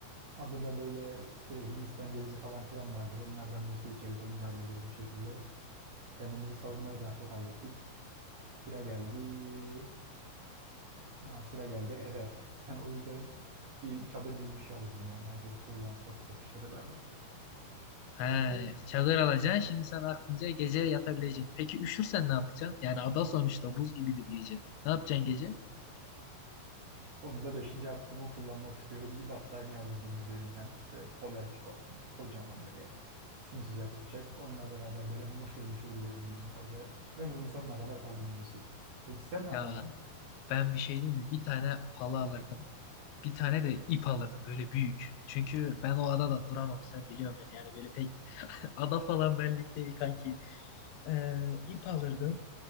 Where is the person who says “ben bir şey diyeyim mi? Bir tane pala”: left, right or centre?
Left